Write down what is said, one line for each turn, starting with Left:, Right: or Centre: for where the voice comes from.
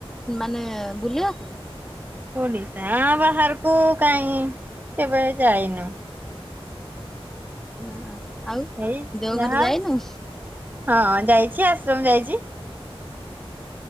Centre: ମାନେ ବୁଲିବାକୁ?
Right: ଓଡ଼ିଶା ବାହାରକୁ କାହିଁ କେବେ ଯାଇନୁ।
Centre: ନା ଆଉ
Right: ଏଇ
Centre: ଦେଓଘର
Right: ଯାହା
Centre: ଯାଇନୁ?
Right: ହଁ ଯାଇଛି ଆଶ୍ରମ ଯାଇଛି।